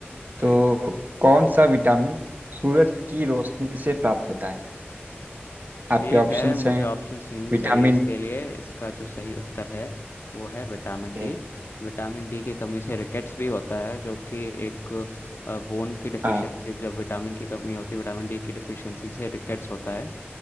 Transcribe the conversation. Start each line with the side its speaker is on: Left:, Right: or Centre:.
Left: ठीक
Right: तो
Left: है
Right: कौन सा विटामिन सूरज की रोशनी से प्राप्त होता है आपके
Left: ठीक
Right: ऑप्शंस
Left: है मुझे
Right: हैं
Left: ऑप्शंस नहीं
Right: विटामिन
Left: चाहिए इसके लिए इसका जो सही उत्तर है वो है विटामिन
Right: ए
Left: डी विटामिन डी की कमी से रिकेट्स भी होता है जो कि एक बोन की डिफिशियंसी
Right: हाँ
Left: जब विटामिन की कमी होती है विटामिन डी की डिफिशियंसी से रिकेट्स होता है